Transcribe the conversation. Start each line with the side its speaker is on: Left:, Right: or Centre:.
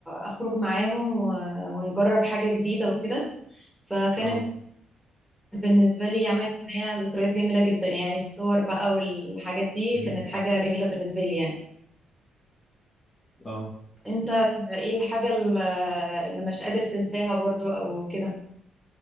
Centre: أخرج معاهم و- ونجرب حاجة جديدة وكده فكانت
Left: اه
Centre: بالنسبة لي عملت معايا ذكريات جميلة جدا يعني الصور بقى والحاجات دي
Left: امم
Centre: كانت حاجة جميلة بالنسبة لي يعني
Left: اه
Centre: أنت ايه الحاجة اللي اللي مش قادر تنساها برضو أو كده؟